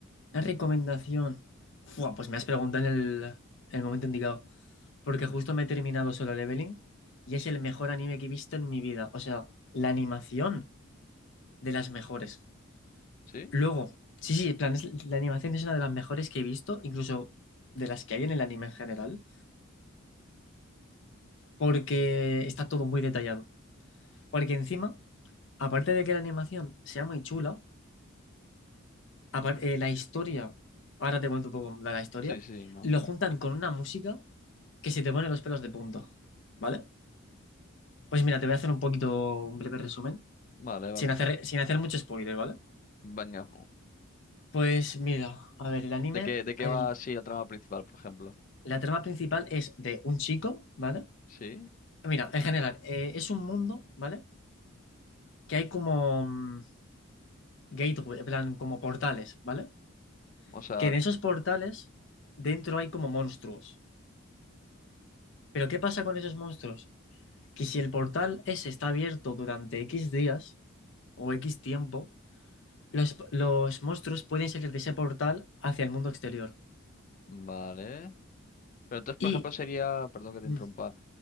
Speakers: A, on the left; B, on the left.
A: ¿Una recomendación? Fua, pues me has preguntado en el, en el momento indicado. Porque justo me he terminado Solo Leveling y es el mejor anime que he visto en mi vida. O sea, la animación de las mejores.
B: ¿sí?
A: Luego, sí, sí, en plan, es- la animación es una de las mejores que he visto, incluso de las que hay en el anime en general, porque está todo muy detallado. Porque encima, aparte de que la animación sea muy chula, apar- eh, la historia, ahora te cuento un poco de la historia,
B: Sí, sí, no.
A: lo juntan con una música que se te pone los pelos de punta, ¿vale? Pues mira, te voy a hacer un poquito, un breve resumen,
B: Vale, vale.
A: sin hacer, sin hacer mucho spoiler, ¿vale?
B: Venga.
A: Pues mira, a ver, el anime,
B: ¿De qué, de qué
A: el-
B: va así el trama principal, por ejemplo?
A: la trama principal es de un chico, ¿vale?
B: ¿Sí?
A: Mira, en general, eh, es un mundo, ¿vale? Que hay como mm, gateway, en plan, como portales, ¿vale?
B: O sea,
A: Que en esos portales dentro hay como monstruos. Pero ¿qué pasa con esos monstruos? que si el portal ese está abierto durante X días o X tiempo, los, los monstruos pueden salir de ese portal hacia el mundo exterior.
B: vale. Pero entonces,
A: Y
B: por ejemplo, sería, perdón que te
A: mm,
B: interrumpa,